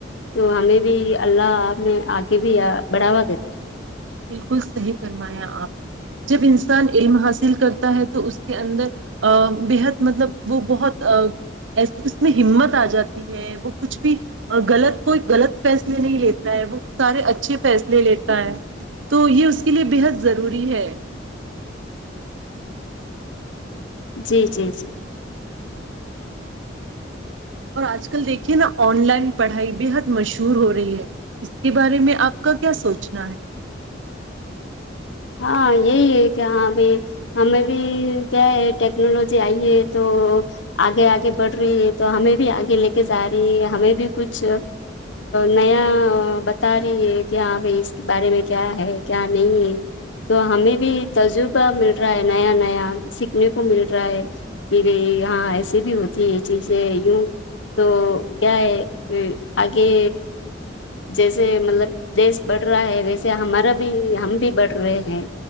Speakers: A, on the left; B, on the right.
A: تو ہمیں بھی اللہ میں آگے بھی بڑھاوا دیتے ہیں
B: بالکل صحیح فرمایا آپ نے جب انسان علم حاصل کر ہوتا ہے تو اس کے اندر بےحد مطلب وہ بہت اس میں ہمت آ جاتی ہے وہ کچھ بھی غلط کوئی غلط فیصلے نہیں لیتا ہے وہ سارے اچھے فیصلے لیتا ہے تو یہ اس کے لیے بےحد ضروری ہے
A: جی جی جی
B: اور آج کل دیکھیے نا آن لائن پڑھائی بے حد مشہور ہو رہی ہے اس کے بارے میں آپ کا کیا سوچنا ہے
A: ہاں یہی ہے کہ ہاں بھائی ہمیں بھی کیا ہے ٹیکنالوجی آئی ہے تو آگے آگے بڑھ رہی ہے تو ہمیں بھی آگے لے کے جا رہی ہے ہمیں بھی کچھ نیا بتا رہی ہے کہ ہاں بھائی اس کے بارے میں کیا ہے کیا نہیں ہے تو ہمیں بھی تجربہ مل رہا ہے نیا نیا سیکھنے کو مل رہا ہے کہ بھائی ہاں ایسی بھی ہوتی ہے یہ چیزیں یوں تو کیا ہے آگے جیسے مطلب دیش بڑھ رہا ہے ویسے ہمارا بھی ہم بھی بڑھ رہے ہیں